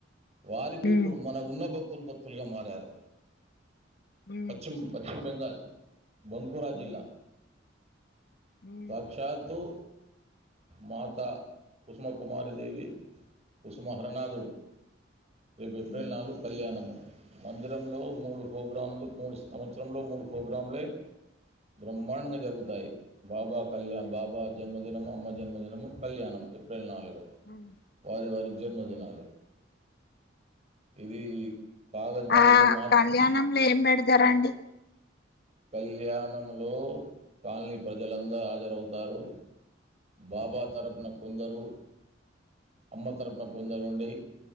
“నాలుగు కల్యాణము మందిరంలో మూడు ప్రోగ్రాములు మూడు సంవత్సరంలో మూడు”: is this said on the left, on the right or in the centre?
Right